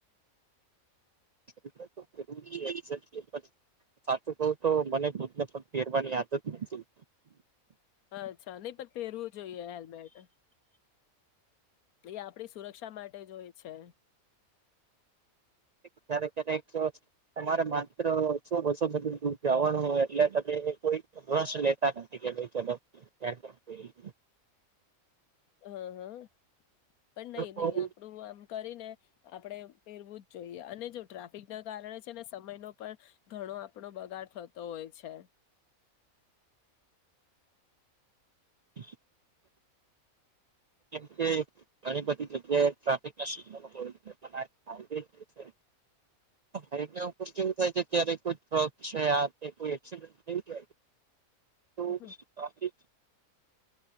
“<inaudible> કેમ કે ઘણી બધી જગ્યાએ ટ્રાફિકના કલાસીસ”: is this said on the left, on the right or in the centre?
Right